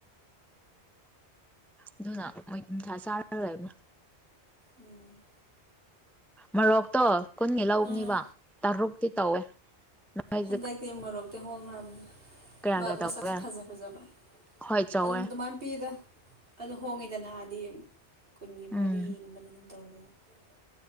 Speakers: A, in the centre; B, on the right.
A: ꯑꯗꯨꯅ ꯃꯣꯏ ꯌꯨꯝꯁꯥ ꯆꯥꯔ ꯂꯩꯕꯅꯦ
B: ꯎꯝ
A: ꯃꯔꯣꯛꯇꯣ ꯀꯨꯟꯒꯤ ꯂꯧꯕꯅꯦꯕ
B: ꯑꯥ
A: ꯇꯔꯨꯛꯇꯤ ꯇꯧꯋꯦ ꯅꯣꯏꯗꯤ
B: ꯍꯟꯗꯛꯇꯤ ꯃꯣꯔꯣꯛꯇꯤ ꯍꯣꯡꯉꯥꯕꯅꯦ
A: ꯀꯌꯥ ꯀꯌꯥ
B: ꯃꯁꯛꯁꯨ
A: ꯇꯧꯒꯦ
B: ꯐꯖ ꯐꯖꯕ
A: ꯍꯣꯏ ꯆꯧꯋꯦ
B: ꯑꯗꯨꯝ ꯑꯗꯨꯃꯥꯏ ꯄꯤꯗ ꯑꯗꯣ ꯍꯣꯡꯉꯤꯗ ꯅꯍꯥꯟꯗꯤ ꯀꯨꯟꯒꯤ
A: ꯎꯝ
B: ꯃꯔꯤ ꯒꯨꯝꯕꯗꯝ <unintelligible>